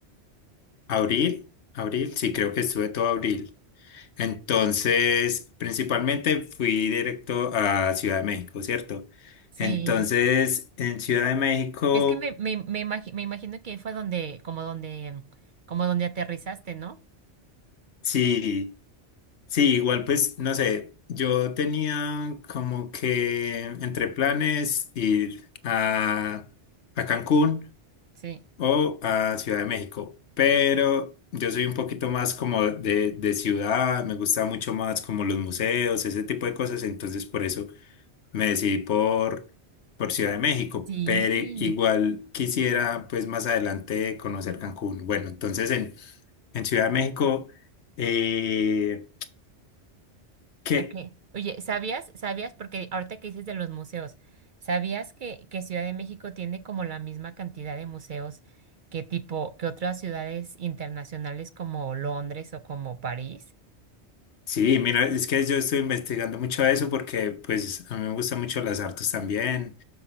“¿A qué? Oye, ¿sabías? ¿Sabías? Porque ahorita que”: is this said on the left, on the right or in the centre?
Right